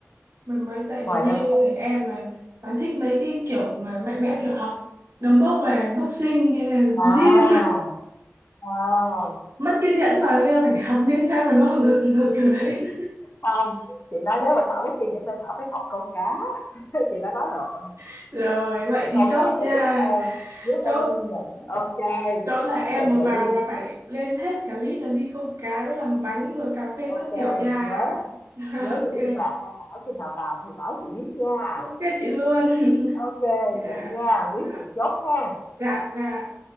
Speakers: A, on the right (about 85°); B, on the left (about 55°).
A: mình mới tại
B: Ngoài
A: vì như
B: ra không
A: em mà bạn thích mấy cái kiểu mà mạnh mẽ kiểu học đấm bốc này boxing hay là
B: à
A: gym
B: à
A: <laughs> mất kiên nhẫn mà nên là phải học những cái mà nó hừng hực hừng hực kiểu đấy
B: Không, chị nói nếu mà Thảo mất kiên nhẫn thì Thảo phải học câu cá. <laughs> Chị đã nói rồi,
A: <laughs> rồi vậy thì
B: câu
A: chốt
B: cá sẽ
A: nha
B: giúp em giúp
A: chốt
B: em kiên nhẫn. OK,
A: chỗ là em
B: quyết định
A: vừa
B: vậy
A: vào
B: đi.
A: là phải lên hết cả list là đi câu cá với làm bánh rồi cà phê
B: OK,
A: các kiểu nha
B: nhớ
A: <laughs>
B: nhớ
A: ok
B: giữ liên lạc nha Thảo, khi nào vào thì báo chị biết nha.
A: ok chị luôn
B: OK,
A: dạ
B: vậy nha, quyết
A: dạ
B: chị chốt ha.
A: dạ dạ.